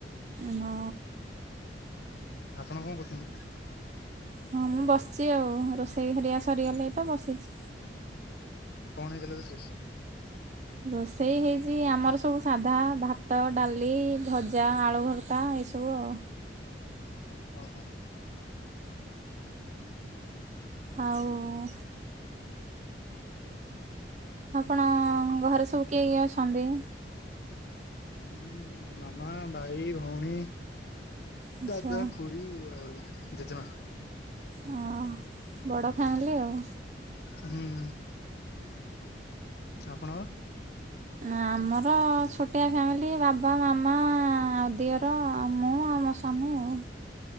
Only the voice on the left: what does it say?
ଆପଣ କଣ କରୁଛନ୍ତି?
କଣ ହେଇଥିଲା ରୋଷେଇ?
ଓହୋ।
ହୁଁ ମାମା ଭାଇ ଭଉଣୀ।
ଦାଦା ଖୁଡ଼ି ଆଉ ଜେଜେମା।
ହୁଁ। ଆପଣଙ୍କ